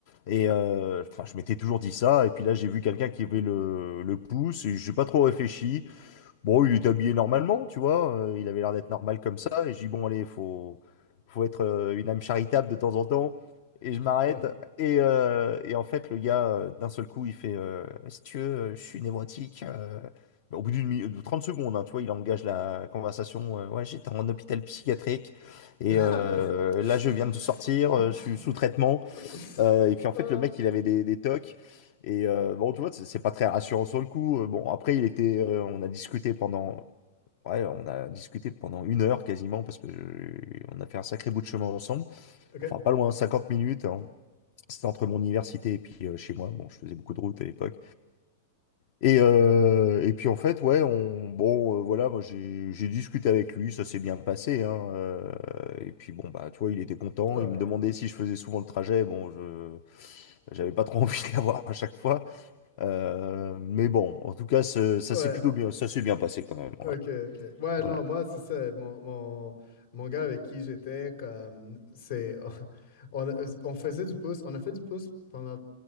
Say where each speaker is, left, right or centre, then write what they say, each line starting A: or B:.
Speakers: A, on the left; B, on the left.
A: Et euh, enfin, je m'étais toujours dit ça. Et puis là, j'ai vu quelqu'un qui avait le, le pouce et j'ai pas trop réfléchi. Bon, il était habillé normalement, tu vois, euh, il avait l'air d'être normal comme ça, et j'ai dit, bon, allez, faut, faut être euh, une âme charitable de temps en temps, et je m'arrête,
B: ouais.
A: et, euh, et en fait, le gars, euh, d'un seul coup, il fait, euh, si tu veux, euh, je suis névrotique, euh. Au bout d'une mi- de 30 secondes, hein, tu vois, il engage la conversation, euh, ouais, j'étais en hôpital psychiatrique, et
B: <laughs>
A: euh, là, je viens de sortir, euh, je suis sous traitement, euh, et puis en
B: Ah,
A: fait, le mec, il avait des, des tocs. Et euh, bon, tu vois, c'est c'est pas très rassurant sur le coup. Euh, Bon, après, il était, euh, on a discuté pendant, ouais, on a discuté pendant une heure quasiment parce que je- on a fait un sacré bout de chemin ensemble.
B: ok.
A: Enfin, pas loin, 50 minutes. hein. C'était entre mon université et puis euh, chez moi. Bon, je faisais beaucoup de route à l'époque. Et, euh, et puis en fait, ouais, on, bon, euh, voilà, moi j'ai j'ai discuté avec lui, ça s'est bien passé, hein, euh, et puis bon, bah, tu vois, il était content,
B: Ah,
A: il me
B: ok.
A: demandait si je faisais souvent le trajet, bon, je j'avais pas trop <laughs> envie de l'avoir à chaque fois, euh, mais bon, en tout cas, ce- ça
B: Ouais,
A: s'est plutôt bien, ça s'est bien passé quand même,
B: ok,
A: ouais,
B: ok. Ouais, non,
A: ouais.
B: moi, c'est ça. Mon, mon, mon gars avec qui j'étais, comme, c'est. <laughs> On, on faisait du pouce. On a fait du pouce pendant,